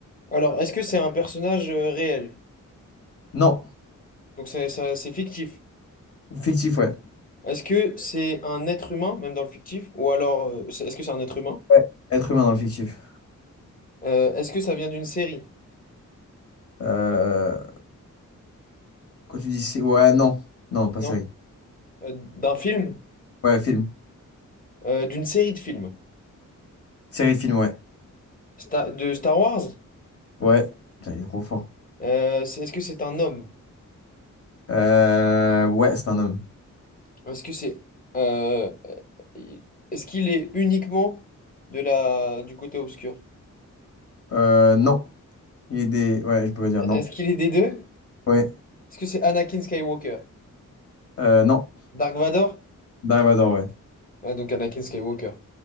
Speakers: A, on the left; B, on the left.
A: Alors, est-ce que c'est un personnage euh, réel?
B: Non,
A: Donc, ça, ça- c'est fictif.
B: fictif, ouais.
A: Est-ce que c'est un être humain, même dans le fictif? Ou alors, euh, c'est- est-ce que c'est un être humain?
B: Ouais, être humain dans le fictif.
A: Euh, est-ce que ça vient d'une série?
B: Euh, quand tu dis, sé- ouais, non, non, pas
A: Non.
B: série.
A: Euh, d'un film?
B: Ouais, film.
A: Euh, d'une série de films?
B: Série de film, ouais.
A: Sta- de Star Wars?
B: Ouais. Putain, il est trop fort.
A: Euh, c'est- est-ce que c'est un homme?
B: Euh, ouais, c'est un homme.
A: Est-ce que c'est. euh, il- Est-ce qu'il est uniquement de la... du côté obscur?
B: Euh, non. Il est des... Ouais, je peux pas dire non.
A: Est-ce qu'il est des deux?
B: Ouais.
A: Est-ce que c'est Anakin Skywalker?
B: Euh, non.
A: Dark Vador?
B: Dark Vador, ouais.
A: Ouais, donc Anakin Skywalker.